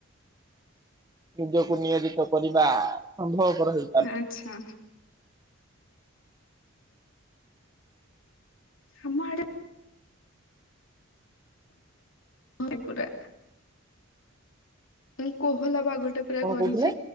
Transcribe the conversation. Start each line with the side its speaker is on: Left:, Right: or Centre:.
Right: ନିଜକୁ ନିୟୋଜିତ କରିବା। ସମ୍ଭବ ପର ହେଇପାରେ।
Left: ଆଚ୍ଛା ଆମଆଡ଼େ ଭରିପୁରା। ମୁଁ କୋହଲା ପାଗଟେ ପୁରା
Right: କଣ
Left: କରିଛି
Right: କହୁଥିଲେ?